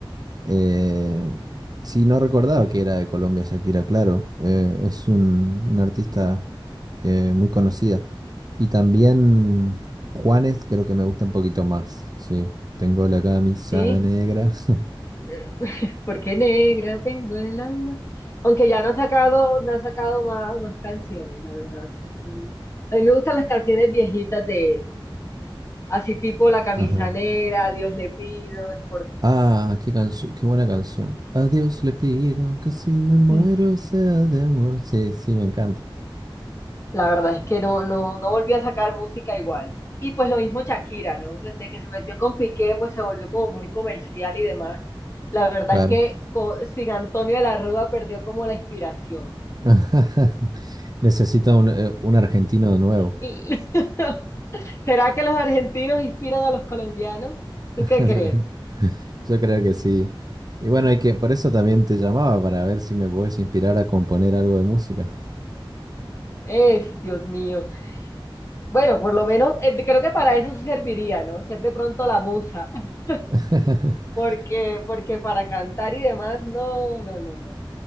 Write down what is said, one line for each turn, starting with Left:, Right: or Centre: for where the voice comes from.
Right: Eh, sí, no recordaba que era de Colombia Shakira, claro. Eh, es un, una artista eh, muy conocida. Y también Juanes creo que me gusta un poquito más. Sí, tengo la camisa
Left: sí.
Right: negra. <laughs>
Left: <laughs> Porque negra tengo el alma. Aunque ya no ha sacado, no ha sacado más, más canciones, la verdad. Mm. A mí me gustan las canciones viejitas de él. Así tipo La camisa
Right: Ajá.
Left: negra, a Dios le pido, es por ti.
Right: Ah, qué canción, qué buena canción. A Dios le pido que si me muero
Left: Mm.
Right: sea de amor. Sí, sí, me encanta.
Left: La verdad es que no, no, no volvió a sacar música igual. Y pues lo mismo Shakira, ¿no? Desde que se metió con Piqué, pues se volvió como muy comercial y demás. La verdad
Right: Claro.
Left: es que co- sin Antonio de la Rúa perdió como la inspiración.
Right: <laughs> Necesito un, eh, un argentino de nuevo.
Left: Y, <laughs> ¿Será que los argentinos inspiran a los colombianos? ¿Tú
Right: <laughs>
Left: qué crees?
Right: Yo creo que sí. Y bueno, hay que, por eso también te llamaba, para ver si me puedes inspirar a componer algo de música.
Left: Es, Dios mío. Bueno, por lo menos eh, creo que para eso sí serviría, ¿no? Ser de pronto la musa, <laughs>
Right: <laughs>
Left: porque, porque para cantar y demás, no, no, no, no.